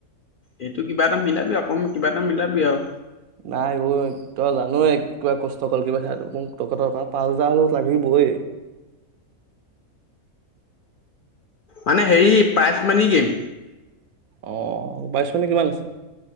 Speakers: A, on the left; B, on the right.
A: এইটো কিবা এটা মিলাবি অকণমান কিবা এটা মিলাবি আৰু
B: নাই অ তই জনোৱাই কিমান কষ্ট গ'ল কিপাৰ খেলাটো মোক টকা পাঁচ হাজাৰ হলেও লাগিবই
A: মানে হেৰি প্ৰাইজ মানি গেম
B: অ প্ৰাইজ মানি কিমান আছে